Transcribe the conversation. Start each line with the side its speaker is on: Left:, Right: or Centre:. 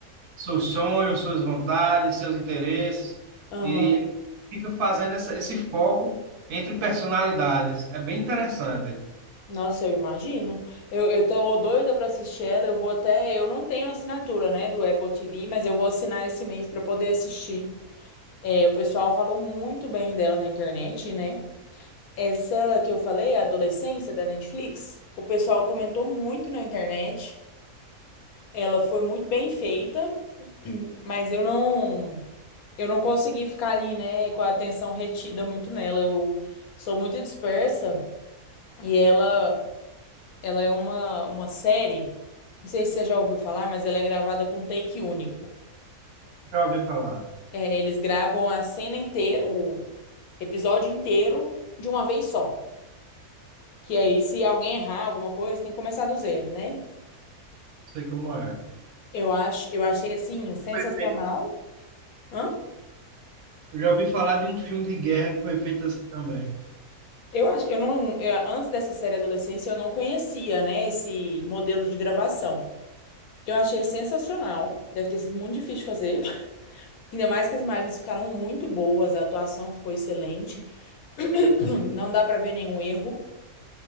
Right: seus sonhos, suas vontades, seus interesses,
Left: aham.
Right: e fica fazendo essa, esse foco entre personalidades. É bem interessante.
Left: Nossa, eu imagino. Eu, eu tô doida pra assistir ela, eu vou até, eu não tenho assinatura, né, do Apple TV, mas eu vou assinar esse mês pra poder assistir. É, o pessoal falou muito bem dela na internet, né? Essa que eu falei, a Adolescência da Netflix, o pessoal comentou muito na internet. Ela foi muito bem feita, <clears throat> mas eu não, eu não consegui ficar ali, né, com a atenção retida muito nela. Eu sou muito dispersa e ela, ela é uma, uma série. Não sei se você já ouviu falar, mas ela é gravada com take único.
Right: Já ouvi falar,
Left: É, eles gravam a cena inteira, o episódio inteiro de uma vez só. Que aí, se alguém errar alguma coisa, tem que começar do zero, né?
Right: sei como é.
Left: Eu acho, eu achei assim sensacional.
Right: Perfeito.
Left: Hã?
Right: Eu já ouvi falar de um filme de guerra que foi feito assim também.
Left: Eu acho, eu não, eu- antes dessa série Adolescência, eu não conhecia, né, esse modelo de gravação. Eu achei sensacional, deve ter sido muito difícil fazer. <laughs> Ainda mais que as imagens ficaram muito boas, a atuação ficou excelente. <clears throat> Não dá pra ver nenhum erro,